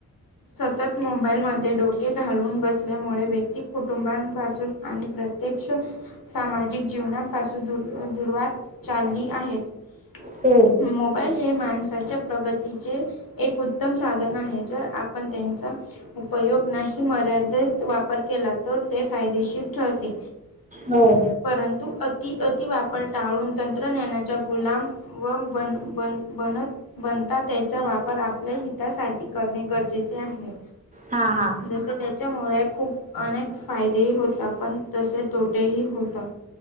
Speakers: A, on the left; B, on the right.
A: सतत मोबाईल म डोके घालून बसले ल्यामुळे व्यक्तिक कुटुंबांपासून आणि प्रत्यक्ष सामाजिक जीवनापासून दूर दुरवात चालली आहेत
B: हो.
A: मोबाईल हे माणसाच्या प्रगतीचे एक उत्तम साधन आहे जर आपण त्यांचा उपयोग नाही मर्यादित वापर केला तर ते फायदेशीर ठरते
B: हो.
A: परंतु अति अतिवापर टाळून तंत्रज्ञानाच्या गुलाम व बन बन बनत बनता त्याचा वापर आपल्या हितासाठी करणे गरजेचे आहे
B: हा हा.
A: जस त्याच्यामुळे खूप ख अनेक फायदेही होत पण तसे तोटेही होतात